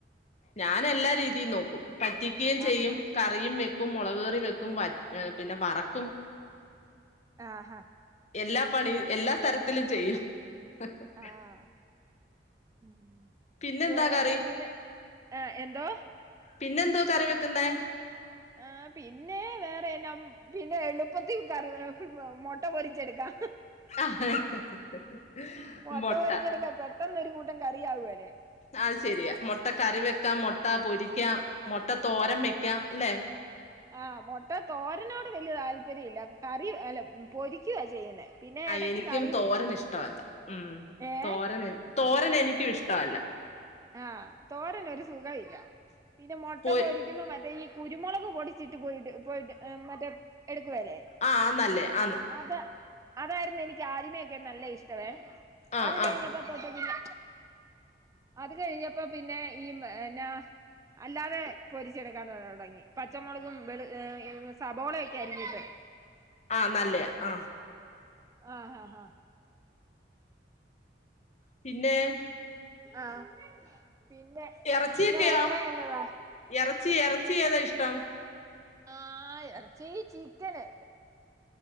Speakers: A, on the left; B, on the right.
A: ഞാന് എല്ലാ രീതിയും നോക്കും പറ്റിക്കയും ചെയ്യും
B: ആഹാ
A: കറിയും വെക്കും മുളക് കറി വെക്കും വ ആ പിന്നെ വറക്കും
B: ആഹാ
A: എല്ലാ പണിയും എല്ലാ തരത്തിലും ചെയ്യും <unintelligible>
B: ആഹ് ഉം
A: പിന്നെന്താ
B: ഓ,
A: കറി
B: പിന്നെ ആ, എന്തോ
A: പിന്നെന്തോ കറി വെക്കുന്നേ
B: ആ പിന്നെ വേറെനം പിന്നെ എളുപ്പത്തി കർ മൊട്ട പൊരിച്ചെടുക്കാം
A: <unintelligible>
B: മുട്ട
A: മൊട്ട
B: പൊരിച്ചെടുക്കാം പെട്ടെന്നൊരു കൂട്ടം കറിയാവ <unintelligible>
A: അത് ശരിയാ മുട്ട കറി വെക്കാം മുട്ട പൊരിക്കാം മുട്ട തോരം
B: ആ
A: വെക്കാം അല്ലെ
B: ആഹ് മുട്ട തോരനോട് വല്യ താല്പര്യല്ല കറി അല്ല പൊരിക്കുവ ചെയ്യുന്നേ പിന്നെ
A: ആ
B: എടക്ക്
A: എനിക്കും
B: കറി
A: തോരനിഷ്ടവല്ല
B: വെക്കും
A: ഉം
B: ഏഹ്
A: തോരനൻ തോരൻ എനിക്കു ഇഷ്ടല്ല
B: ആഹ് തോരനൊരു സുഖവില്ല പിന്നെ മുട്ട
A: പൊ
B: പൊരി ക്കുമ്പോ മറ്റേ ഈ കുരുമുളക് പൊടിച്ചിട്ട് പോയിട്ട് പോയിട്ട് മറ്റേ എടുക്കുവെല്ലേ
A: ആ <unintelligible> നല്ലേ ആന്ന്
B: അതേ അതായിരുന്നു എനിക്ക് ആദ്യമേക്കെ നല്ല ഇഷ്ടവേ
A: ആഹ്
B: അത് കഴിഞ്ഞ-
A: ആഹ്
B: പ തൊട്ട് പിന്നെ അത് കഴിഞ്ഞപ്പോ പിന്നെ ഈ എന്നാ അല്ലാതെ പൊരിച്ചെടുക്കാൻ തൊടങ്ങി പച്ചമുളകും വെളു സബോളയൊക്കെ അരിഞ്ഞിട്ട്
A: ആഹ് നല്ലയ ആ
B: ആഹഹ
A: പിന്നെ
B: ആഹ് പിന്നെ
A: എറച്ചിയൊക്കെയോ
B: പിന്നെ വേറെ എന്നതാ
A: എറച്ചി എറച്ചി ഏതാ ഇഷ്ടം
B: ആഹ് എറച്ചി ചിക്കന്